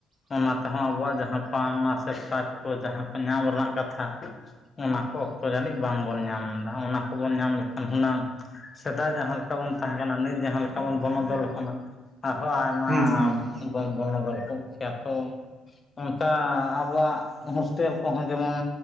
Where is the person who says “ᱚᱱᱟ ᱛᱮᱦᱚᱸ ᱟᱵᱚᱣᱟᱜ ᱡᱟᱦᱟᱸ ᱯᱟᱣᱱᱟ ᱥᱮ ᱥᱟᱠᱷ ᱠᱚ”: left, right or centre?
Left